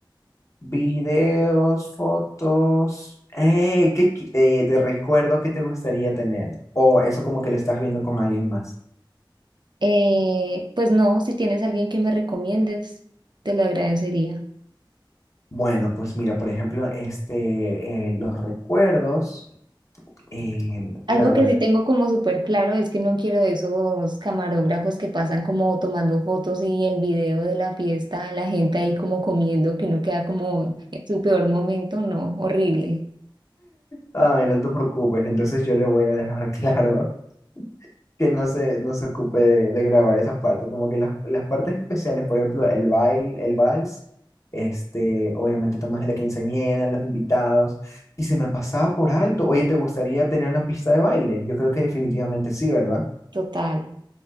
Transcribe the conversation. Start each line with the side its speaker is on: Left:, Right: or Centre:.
Left: videos, fotos. Ey, ¿qué qui- eh, de recuerdo que te gustaría tener? O eso como que lo estás viendo con alguien más.
Right: Eh, pues no, si tienes alguien que me recomiendes, te lo agradecería.
Left: Bueno, pues mira, por ejemplo, este, eh, los recuerdos, eh,
Right: Algo
Left: la verdad,
Right: que sí tengo como súper claro es que no quiero de esos camarógrafos que pasan como tomando fotos y el video de la fiesta, la gente ahí como comiendo, que uno queda como en su peor momento, no, horrible,
Left: ay, no te preocupes, entonces yo le voy a dejar <laughs> claro que no se, no se ocupe de, de grabar esa parte. Como que las, las partes especiales, por ejemplo, el baile, el vals, este, obviamente tomas la quinceañera, los invitados, y se me pasaba por alto. Oye, ¿te gustaría tener una pista de baile? Yo creo que definitivamente sí, ¿verdad?
Right: total.